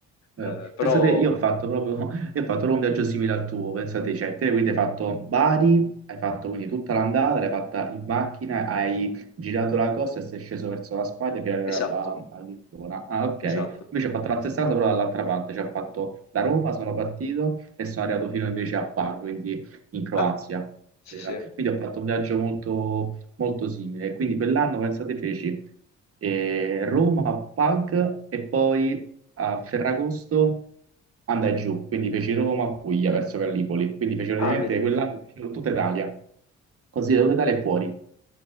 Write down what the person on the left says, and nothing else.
Uhm, però
esatto,
esatto.
Ah, sì,
sì.
Ah, vedi?